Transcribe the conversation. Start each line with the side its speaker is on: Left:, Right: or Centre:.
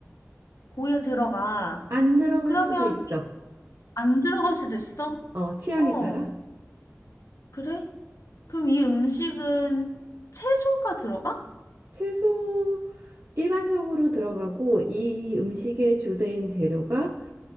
Left: 고기가 들어가.
Right: 안 들어갈
Left: 그러면
Right: 수도 있어.
Left: 안 들어갈 수도 있어?
Right: 어, 취향에
Left: 어,
Right: 따라
Left: 그래? 그럼 이 음식은 채소가 들어가?
Right: 채소 일반적으로 들어가고 이 음식의 주된 재료가